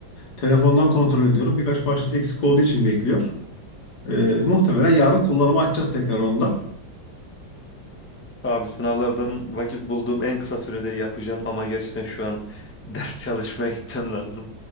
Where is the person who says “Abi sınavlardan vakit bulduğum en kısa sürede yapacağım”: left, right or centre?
Left